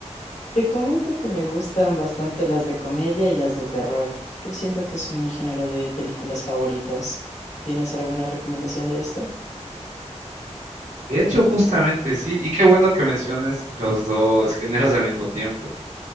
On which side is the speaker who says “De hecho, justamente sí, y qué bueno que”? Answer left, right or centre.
Right